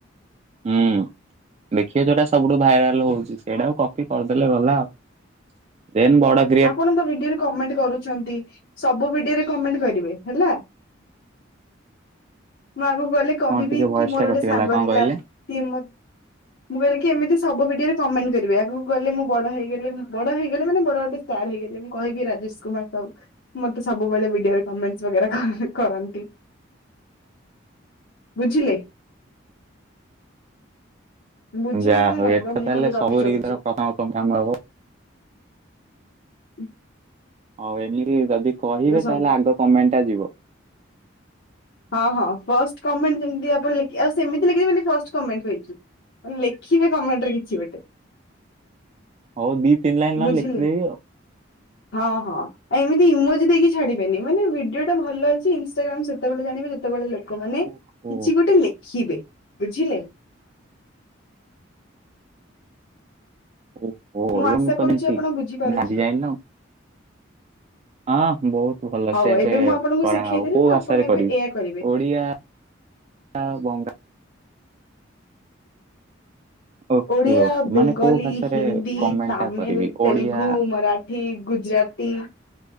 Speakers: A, on the right; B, on the left.
A: ଉୁଁ। ଦେଖିବା ଯୋଉଟା ସବୁଠୁ ଭାଇରାଲ ହଉଛି ସେଇଡାକ କପି କରିଦେଲେ ଗଲା ଆଉ ଦେନ୍ ବଡକ।
B: ଆପଣ ତ ଭିଡିଓରେ କମେଣ୍ଟ କରୁଛନ୍ତି। ସବୁ ଭିଡିଓରେ କମେଣ୍ଟ କରିବେ ହେଲା ମୁଁ ଆଗକୁ ଗଲେ କହିବି
A: କଣ ଟିକେ ଭଏସ
B: କି ମୋର
A: ଟା କଟିଗଲା
B: ଗୋଟେ ସାଙ୍ଗ
A: କଣ
B: ଥିଲା
A: କହିଲେ?
B: ସିଏ ମ ମୁଁ କହିଲି କି ଏମିତି ସବୁ ଭିଡିଓରେ କମେଣ୍ଟ କରିବେ ଆଗକୁ ଗଲେ ମୁଁ ବଡ ହେଇଗଲେ ବଡ ହେଇଗଲେ ମାନେ ବଡ ଗୋଟେ ଷ୍ଟାର୍ର ହେଇଗଲେ ମୁଁ କହିବି ରାଜେଶ କୁମାର ସାହୁୁ। ମତେ ସବୁବେଳେ ଭିଡିଓରେ କମେଣ୍ଟ ବଗେରା କରନ୍ତି।
A: ଆ
B: ବୁଝିଲେ। ବୁଝିଲେ
A: ଯାହା
B: ନା
A: ହଉ
B: ନାଇଁ
A: ଏଥେ
B: ବା ମୁଁ
A: ତାହେଲେ
B: ଖାଲି ଗପି
A: ସବୁ
B: ଚାଲିଛି
A: ରିଲରେ ପ୍ରଥମ ତମେ ଆମର ହବ।
B: ହ
A: ହଉ ଏମିତି ଯଦି କହିବେ
B: ସବୁ
A: ତାହେଲେ ଆଗ କମେଣ୍ଟ ଟା ଯିବ।
B: ହଁ ହଁ ଫର୍ଷ୍ଟ କମେଣ୍ଟ ଯେମିତି ଆପଣ ଲେଖି ଆଉ ସେମିତି ଲେଖିବେ ଫାଷ୍ଟ କମେଣ୍ଟ କହିଛି। ଲେଖିବେ କମେଣ୍ଟ ରେ କିଛି ଗୋଟେ।
A: ହଉ ଦି ତିି ଲାଇନ୍
B: ବୁଝିଲେ
A: ଲେଖିଦେବି ଆଉ।
B: ହଁ ହଁ। ଆ ଏମତିଇମୋଜ ଦେଇକି ଛାଡିବେନି ମାନେ ଭିଡିଓ ଟା ଭଲ ଅଛି ଇନଷ୍ଟାଗ୍ରାାମ ସବୁ ଯେତେବେଳେ ଜାଣିବେ ଯେତେବେଳେ ଲୋକମାନେ
A: ଆଉ। ଓହୋ
B: କିଛି ଗୋଟେ ଲେଖିବେ ବୁଝିଲେ।
A: ଓହୋ ଏରା
B: ଆଶା
A: ମୁଁ କଣ
B: କରୁଛି
A: ଜାଣିଛି
B: ଆପଣ ବୁଝିପାରୁଥିବେ
A: ଆଜି ଯାଣିଲି ନା। ହଁ ବହୁତ ଭଲ
B: ହଉ
A: ସେ ଏବେ
B: ମୁଁ ଆପଣଙ୍କୁ
A: କରାହବ
B: ଶିଖେଇଦେଲି
A: କୋଉ
B: ତ
A: ଭାଷାାରେ
B: ଆପଣ ଏବେ
A: କରିବି
B: ଏଇଆ କରିବେ
A: ଓଡିଆ ତା ବଙ୍ଗା ଓକେ
B: ଓଡ଼ିଆ
A: ଓକେ
B: ବେଙ୍ଗଲୀ
A: ମାନେ କୋଉ ଭାଷାରେ
B: ହିନ୍ଦୀ
A: କମେଣ୍ଟ
B: ତାମିଲ
A: ଟା କରିବି ଓଡିଆ
B: ତେଲୁଗୁ ମରାଠ ଠି ଗୁଜୁରତି